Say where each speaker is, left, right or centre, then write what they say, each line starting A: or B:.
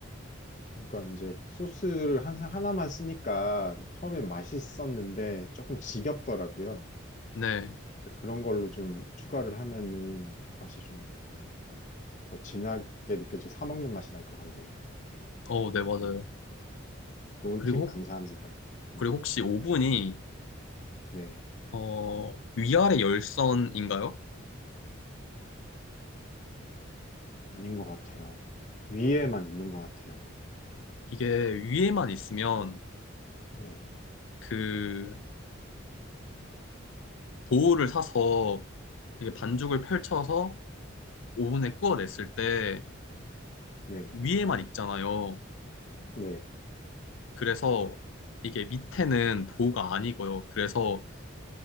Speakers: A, on the left; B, on the left.
A: 그러니까 이제 소스를 항상 하나만 쓰니까 처음엔 맛있었는데 조금 지겹더라고요.
B: 네.
A: 그런 걸로 좀 추가를 하면은 맛이 좀 더 진하게 느껴지고 사 먹는 맛이 날 것 같네요.
B: 어, 네, 맞아요.
A: 음, 좋은
B: 그리고,
A: 팁 감사합니다.
B: 혹-
A: 음,
B: 그리고 혹시 오븐이,
A: 네.
B: 어, 위아래 열선인가요?
A: 아닌 것 같아요. 위에만 있는 것 같아요.
B: 이게 위에만 있으면
A: 네,
B: 그 도우를 사서 이게 반죽을 펼쳐서 오븐에 구워냈을 때
A: 네,
B: 위에만 있잖아요.
A: 네.
B: 그래서 이게 밑에는 도우가 아니고요. 그래서